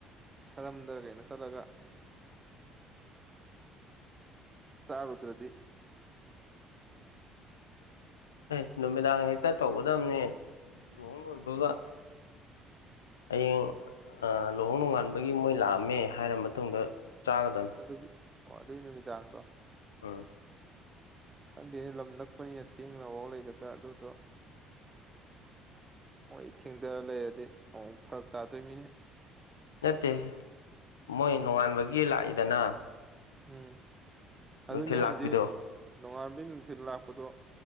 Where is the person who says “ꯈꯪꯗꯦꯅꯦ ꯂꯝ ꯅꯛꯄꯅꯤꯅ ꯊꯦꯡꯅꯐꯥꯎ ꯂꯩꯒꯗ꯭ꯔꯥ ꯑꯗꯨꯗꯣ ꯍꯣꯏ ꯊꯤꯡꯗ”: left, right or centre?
Right